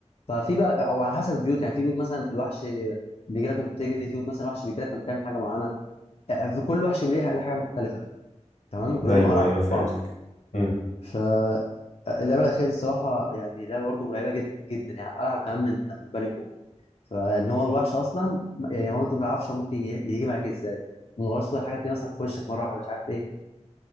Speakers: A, on the left; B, on the left.
A: ففي بقى او على حسب البيوت يعني في بيوت مثلا الوحش بيجي لك وانت بتجري في بيوت مثلا الوحش بيجي لك وانت بتعمل حاجه معينه يعني في كل وحش ليه ليه حاجه مختلفه تمام كلهم
B: مم. ايوه
A: قرع
B: ايوه
A: من
B: فهمتك
A: بعض
B: مم.
A: فاللعبة الأخيرة دي الصراحة يعني لعبة برضه مرعبة جدا جدا يعني ألعب كمان من من بني كون فإن هو الوحش أصلا يعني هو أنت ما تعرفش هو ممكن يجي, يجي معاك إزاي من غير صوت الحاجة تلاقيه مثلا في وشك مرة واحدة مش عارف إيه